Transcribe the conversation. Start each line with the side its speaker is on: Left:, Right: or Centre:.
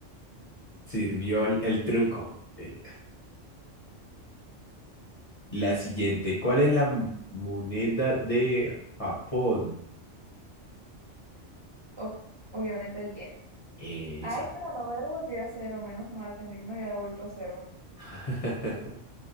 Left: Sirvió el, el truco. Eh, La siguiente. ¿Cuál es la mo- moneda de Japón?
Right: Ob- obviamente a yen.
Left: Esa.
Right: Ay, pero no me devolvió a cero, menos mal. Pensé que me había devuelto a cero.
Left: <laughs>